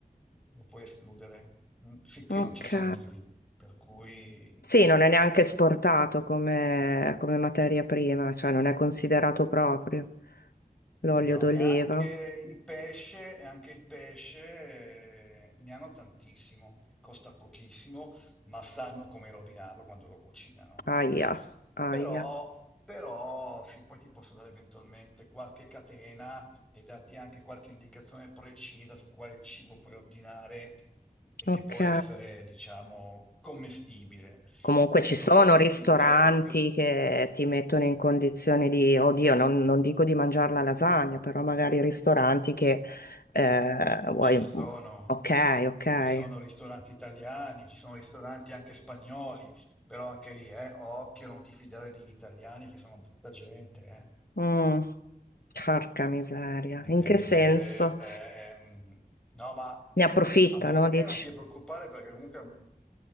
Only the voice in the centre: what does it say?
lo puoi escludere. Mm, Sì, qui
non ci sono olivi, per cui...
mm.
No,
e anche il pesce, e anche il pesce eh, ne hanno tantissimo, costa pochissimo, ma sanno come rovinarlo quando lo cucinano.
mm?
Però, però sì, poi ti posso dare eventualmente qualche catena e darti anche qualche indicazione precisa su quale cibo puoi ordinare e
che può essere, diciamo, commestibile.
Dopodiché
io ti
Ci sono,
ci sono ristoranti italiani, ci sono ristoranti anche spagnoli, però anche lì, eh, occhio, non ti fidare degli italiani che sono brutta gente, eh.
Intendo
dire, ehm, no, ma
a Boracay
non ti devi preoccupare perché comunque,